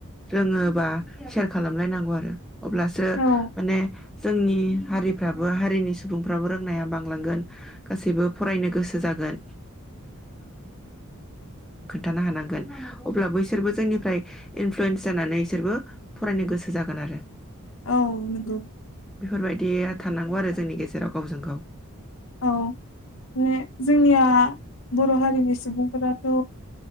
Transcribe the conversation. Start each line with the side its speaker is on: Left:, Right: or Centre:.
Centre: रोङोबा सेयार खालामलायनांगौ आरो। अब्लासो
Left: औ
Centre: माने जोंनि हारिफ्राबो हारिनि सुबुंफ्राबो रोंनाया बांलांगोन गासैबो फरायनो गोसो जागोन। थानो हानांगोन अब्ला बैसोरबो जोंनिफ्राय इनफ्लुयेन्स जानानै बिसोरबो फरायनो गोसो जागोन आरो।
Left: औ नंगौ
Centre: बेफोरबायदि थानांगौ आरो जोंनि गेजेराव गावजों गाव।
Left: औ माने जोंनिया बर' हारिनि सुबुंफोराथ'।